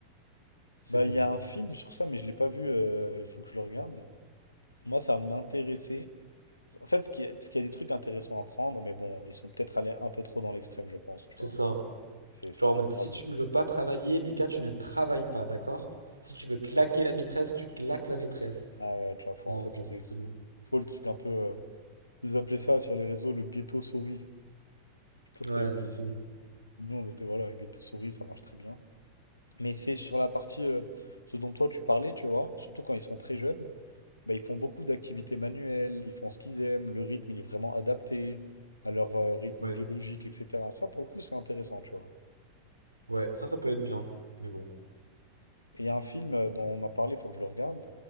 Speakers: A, on the right; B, on the left.
A: c'est
B: Bah,
A: bon.
B: il y a un film sur ça, mais je l'ai pas vu. euh, il faut que je le regarde. Moi, ça m'intéressait. En fait, ce qui est- parce qu'il y a des trucs intéressants à prendre, mais bon, ils sont peut-être allés un peu trop dans l'extrême, je pense, tu
A: C'est
B: vois.
A: ça.
B: C'est c'est
A: Genre
B: vraiment
A: en mode,
B: trop
A: si
B: abusé.
A: tu ne veux pas travailler, Lucas, tu ne travailles pas, d'accord? Si tu veux claquer la maîtresse, tu claques la maîtresse.
B: Ah ouais, tu vois, faut
A: Non,
B: un peu doser.
A: genre, c'est bon.
B: Faut le truc un peu. euh, Ils appelaient ça sur les réseaux le ghetto souris. Je sais pas si
A: Ouais,
B: t'avais vu.
A: non, mais c'est bon.
B: Nous, on était, voilà, ghetto souris, ça marche très bien. Mais c'est sur la partie euh, ce dont toi tu parlais, tu vois, surtout quand ils sont très jeunes, bah, ils font beaucoup d'activités manuelles, ils font ce qu'ils aiment, le rythme il est vraiment adapté à leur euh, rythme
A: Ouais,
B: biologique, etc. Ça pour le coup c'est intéressant, tu vois.
A: ouais, ça, ça peut être bien. Mais bon.
B: Et il y a un film euh, dont on m'a parlé, il faut que je le regarde.